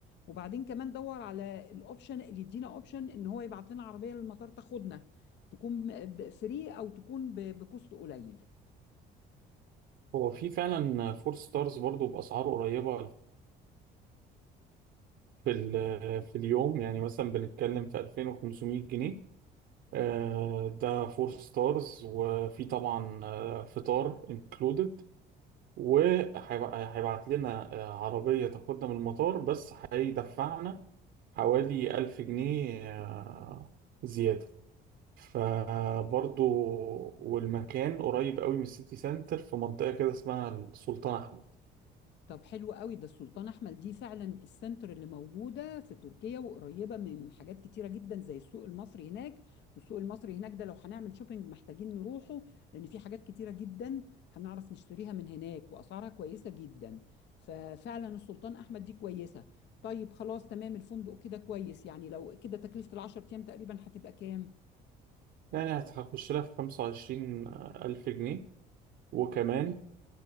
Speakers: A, on the left; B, on the right.
A: وبعدين كمان دور على الاوبشن اللي يدينا اوبشن ان هو يبعت لنا عربيه للمطار تاخدنا تكون فري او تكون ب- بكوست قليل
B: هو في فعلا 4 ستارز برضو باسعار قريبه في ال- في اليوم يعني مثلا بنتكلم في 2500 جنيه آه، ده فور ستارز وفي طبعا آه، فطار انكلودد وهيبعت لنا آه، عربية تاخدنا من المطار بس هيدفعنا حوالي ألف جنيه آه، زيادة فبرضو والمكان قريب قوي من السيتي سنتر في منطقة كده اسمها السلطان أحمد
A: طب حلو قوي ده السلطان احمد دي فعلا السنتر اللي موجوده في تركيا وقريبه من حاجات كتيره جدا زي السوق المصري هناك والسوق المصري هناك ده لو هنعمل شوبينج محتاجين نروحه لان في حاجات كتيره جدا هنعرف نشتريها من هناك واسعارها كويسه جدا ففعلا السلطان احمد دي كويسه طيب خلاص تمام الفندق كده كويس يعني لو كده تكلفه العشر ايام تقريبا هتبقى كام
B: يعني هتخش لها في خمسة وعشرين آه، ألف جنيه وكمان